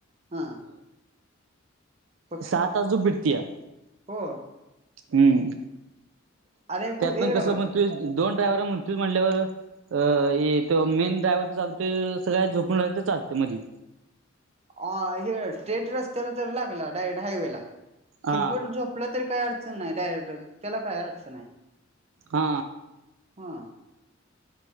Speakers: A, on the right; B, on the right.
A: हा. फक्त
B: सात आजु बीडतया
A: हो
B: हम्म
A: अरे फ
B: त्यात पण
A: इकडे
B: कसं
A: बघ
B: म्हण दोन ड्राव्हर आहे म्हणतोस म्हटल्यावर अ ए तो मेन ड्रायव्हर तर चालतो सगळ्या झोपून रायच चालते मधी
A: अ हे स्ट्रेट रस्त्याला तर लागला डायरेक्ट हायवे ला
B: हा
A: कि पण जो आपलं तरी काय अडचण नाही डायरेक्ट त्याला काय अडचण आहे?
B: हा.
A: हा.